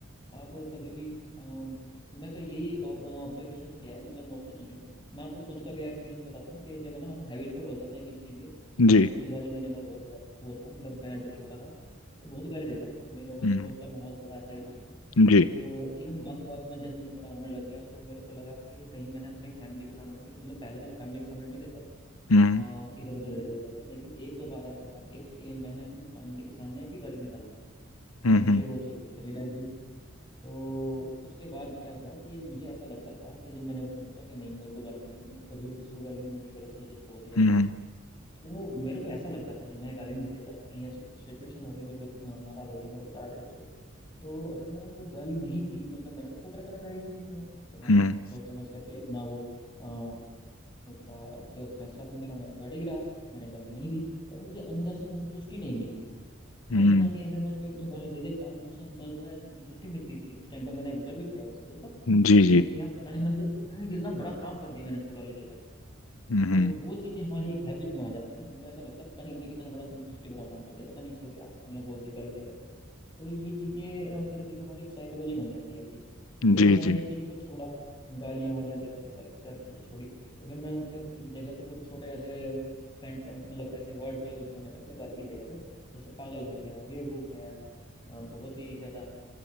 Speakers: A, on the left; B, on the left.
A: आप कभी भी अम, मैं तो यही ऑब्जर्वेशन किया है मतलब मोस्टली चीज़ों में मैं आपको खुद का भी एक्सपीरियंस बताता हूँ कि जब ना हम हैबिचुअल हो जाते हैं किसी चीज़ के
B: जी
A: अ, मुझे गाली देने का बहुत ज़्यादा वो था मतलब मैं जब छोटा था तो बहुत गाली देता था मेरे अड़ोस
B: हम्म
A: पड़ोस का माहौल थोड़ा ऐसा ही था
B: जी
A: तो इवन बातों बातों में जैसे मैं बड़ा होने लग गया तो मेरे को लगा कि कहीं मैंने अपनी फैमिली के सामने भी मतलब पहले तो मैं फैमिली के सामने नहीं देता था
B: हम्म
A: इधर उधर दे देता था लेकिन एक दो बार ऐसा हुआ केस के मैंने अपनी फैमिली के सामने भी गाली निकाल दी
B: हम्म
A: तो मुझे वो चीज़ बहुत रियलाइज हुई तो उसके बाद क्या हुआ कि मुझे ऐसा लगता था कि जब मैंने उसको सोचा कि नहीं मेरे को गाली नहीं देना कभी भी किसी को गाली नहीं देनी गलत चीज़ है बहुत ही ज्यादा
B: हम्म
A: तो मेरे को ऐसा लगता था जब मैं गाली नहीं देता था कहीं ऐसी सिचुएशन हो गई मेरे को अ, नाराज हो गया मैं गुस्सा आ गया मुझको तो अगर मैंने उसको गाली नहीं दी मतलब मैंने तो सोच रखा था गाली नहीं देनी है तो मैंने
B: हम्म
A: सोच समझ करके अपना वो अ, उसका जो फैसला था मेरा मैं उस पर अड़िग रहा मैंने गाली नहीं दी पर मुझे अंदर से संतुष्टि नहीं मिली
B: हम्म
A: कहीं ना कहीं अगर मैं उसको एक दो गाली दे देता तो मुझे अंदर से ऐसे संतुष्टि मिलती थी उस टाइम पे मैंने ऑब्जर्व किया है चीजें का
B: हम्म,
A: कि
B: जी जी
A: यार पता नहीं मतलब पता नहीं कितना बड़ा काम कर दिया मैंने उसको गाली दे करके
B: हम्म
A: तो वो चीजें हमारी एक हैबिट में आ जाती हैं हमको ऐसा लगता है पता नहीं हमने कितना बड़ा संतुष्टि भरा काम कर दिया पता नहीं इसको क्या मैंने बोल दिया गाली दे करके तो ये चीजें धीरे धीरे हमारी एक साइकोलॉजी बन जाती है ऐसी फिर
B: जी
A: जब मैंने
B: जी
A: ये चीजों को छोड़ा गालियां वालियां देना ये सारी सारी चीजें छोड़ी तो फिर मैं उसके जगह पे कुछ छोटे ऐसे सेंटेंस मतलब ऐसे वर्ड का यूज करने लग गया गाली की जगह पे जैसे पागल है क्या बेवकूफ है अ, बहुत ही ज्यादा